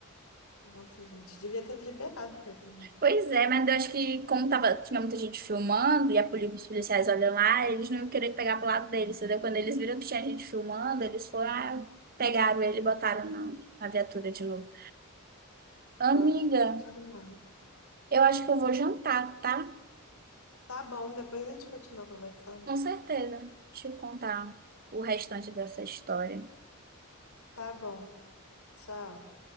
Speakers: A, on the left; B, on the right.
A: Nossa, gente, devia ter liberado mesmo, né?
B: Pois é, mas eu acho que como tava, tinha muita gente filmando e a poli- os policiais olham lá, eles não iam querer pegar pro lado deles, entendeu? Quando eles viram que tinha gente filmando, eles foram, ah, pegaram ele e botaram na, na viatura de novo. Amiga,
A: Nossa, triste demais.
B: eu acho que eu vou jantar, tá?
A: Tá bom, depois a gente continua conversando.
B: Com certeza. Deixa eu contar o restante dessa história.
A: Tá bom. Tchau.